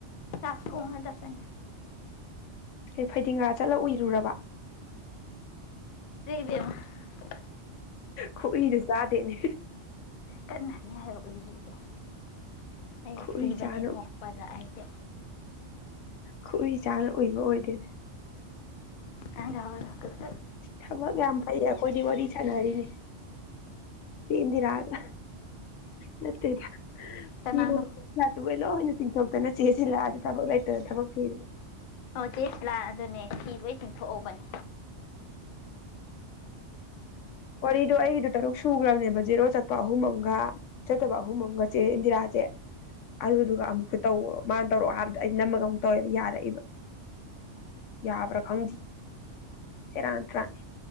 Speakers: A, on the left; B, on the left.
A: ꯇꯁ ꯀ ꯆꯁꯅꯤ
B: ꯀ ꯐꯩꯗꯤꯡꯒꯥꯥ ꯆꯠꯂ ꯎꯏꯔꯨꯔꯕ
A: ꯀ
B: ꯈꯨꯏꯁꯨ ꯆꯥꯗꯦꯅꯦ
A: ꯀꯅꯥꯅꯤ ꯍꯥꯏꯔ ꯎꯕꯤꯁꯦ <inaudible> ꯑꯩ
B: ꯈꯨꯎꯏ
A: ꯁꯤꯕꯅꯦ
B: ꯆꯥꯅ
A: ꯅꯣꯄꯗ ꯍꯥꯏꯁꯦ
B: ꯈꯨꯏ ꯆꯥꯅ ꯎꯏꯕ ꯑꯣꯏꯗꯣꯏꯅꯦ
A: ꯑ ꯌꯥꯋꯥ ꯂꯥꯛꯗ <inaudible> <unintelligible>
B: ꯊꯕꯛ ꯌꯥꯝ ꯐꯩꯗ ꯑꯈꯣꯏꯗꯤ ꯋꯥꯔꯤ ꯁꯟꯔꯤꯅꯦ ꯌꯦꯗꯤꯔꯗꯦꯗ ꯍꯔꯣ
A: ꯀꯅꯥꯅꯣ
B: ꯊ ꯇꯕ ꯂ ꯍꯅꯤ <unintelligible> ꯆꯤꯡꯊꯣꯛꯇꯅ ꯆꯦꯁꯤꯜꯂꯛꯑꯁꯦ ꯊꯕꯛ ꯂꯩꯇꯅ ꯊꯕꯛ ꯊꯤꯔꯤ
A: ꯑꯣ ꯆꯦꯁꯂꯥꯛ ꯑꯗꯨꯅꯦ ꯐꯤ ꯂꯣꯏ ꯇꯤꯡꯊꯣꯛꯍꯧꯕꯅꯦ
B: ꯋꯥꯔꯤꯗꯣ ꯑꯩꯒꯤꯗ ꯇꯔꯨꯛ ꯁꯨꯈ꯭ꯔꯕꯅꯦꯕ ꯖꯦꯔꯣ ꯆꯠꯄ ꯑꯍꯨꯝ ꯑꯃꯝꯒ ꯆꯠꯇꯕ ꯑꯍꯨꯝ ꯑꯃꯒ ꯆꯦ ꯏꯟꯗꯤꯔꯥꯁꯦ ꯑꯗꯨꯗꯨꯒ ꯑꯃꯨꯛꯁꯨ ꯇꯧ ꯃꯥꯅ ꯇꯧꯔꯛꯑꯣ ꯍꯥꯏꯕꯗ ꯑꯩ ꯅꯝꯃꯒ ꯑꯃꯨꯛ ꯇꯧꯋꯦꯕ ꯌꯥꯔꯛꯏꯕ ꯌꯥꯕ꯭ꯔꯥ ꯈꯪꯗꯦ ꯆꯦꯔꯥ ꯇꯔꯥꯅꯤ